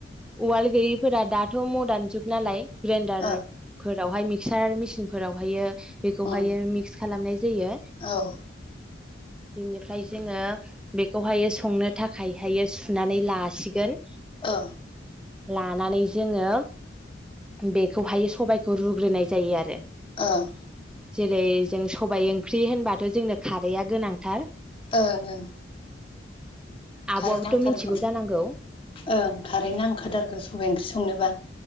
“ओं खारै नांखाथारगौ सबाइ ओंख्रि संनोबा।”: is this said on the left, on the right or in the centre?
Left